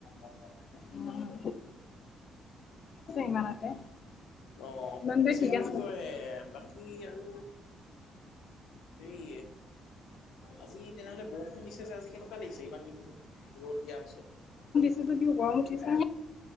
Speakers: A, on the left; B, on the left.
A: <unintelligible>
B: উম ইমানতে
A: অ',
B: ইমানটোৱে
A: পিছে
B: ঠিক
A: কি
B: আছে
A: বুলি কয় বাকী আৰু হেৰি আজি তেনেহলে বৰষুণ দিছে যে আজি কেনেকুৱা লাগিছে ইমান কেইদিন ৰ'দ দিয়াৰ পিছত
B: <unintelligible> গৰম উঠিছে